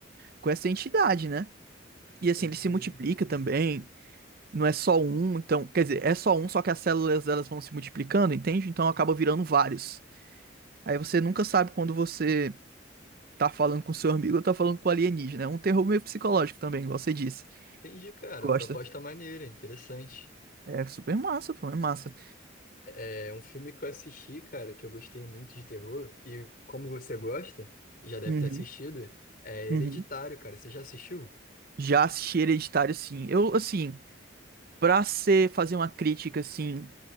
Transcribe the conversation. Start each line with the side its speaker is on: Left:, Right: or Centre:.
Right: com essa entidade, né? E assim,
Left: Entendi.
Right: ele se multiplica também. Não é só um, então. Quer dizer, é só um, só que as células elas vão se multiplicando, entende? Então acaba virando vários. Aí você nunca sabe quando você tá falando com seu amigo ou tá falando com alienígena. É um terror meio psicológico também, igual você disse.
Left: Entendi, cara,
Right: Gosta.
Left: proposta maneira, interessante.
Right: É super massa, pô, é massa.
Left: É um filme que eu assisti, cara, que eu gostei muito de terror. E como você gosta, já deve
Right: Uhum,
Left: ter assistido, é Hereditário,
Right: uhum.
Left: cara. Você já assistiu?
Right: Já assisti Hereditário, sim. Eu, assim, pra ser, fazer uma crítica, assim,